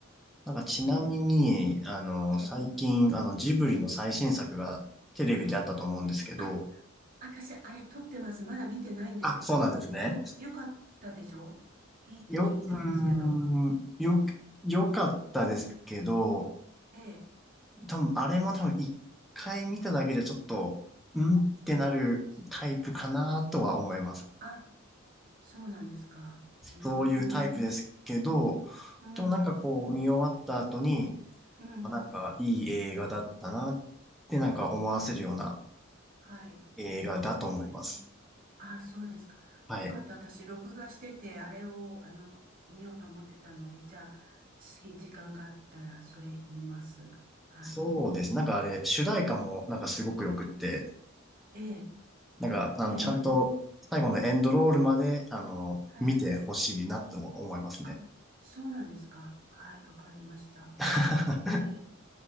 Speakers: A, in the centre; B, on the right.
A: なんかちなみに、
B: ね
A: あの、
B: え。ええ。
A: 最近、あの、ジブリの最新作がテレビであったと思うんですけど、
B: あ、私、あれ撮ってます。まだ見てないんですけど、
A: あ、そうなんですね。
B: よ、よかったでしょいいって聞いたんですけど。
A: よ、うーん、よ、よかったですけど、
B: ええ。
A: 多分、あれも多分一回見ただけじゃちょっと、んってなるタイプかなとは思います。
B: あ、あ、あ、そうなんですか。うーん。
A: そういうタイプですけど、
B: うん。
A: でもなんかこう、見終わった後に、
B: うん。
A: あ、なんかいい映画だったなってなんか思わせるような
B: はい。
A: 映画だと思います。
B: ええ。あ、そうですか。
A: はい。
B: よかった。私、録画してて、あれを、あの、見ようと思ってたので、じゃあ、次、時間があったら、それ見ます。はい。
A: そうです。なんかあれ、主題歌もなんかすごくよくって、
B: うん。ええ、
A: なんか、あの、
B: へえ、
A: ちゃんと最後のエンドロールまで、あの、
B: はい。
A: 見てほしいなと思いますね。
B: あ、そうなんですか。はい、わかりました。
A: <laughs>
B: ええ、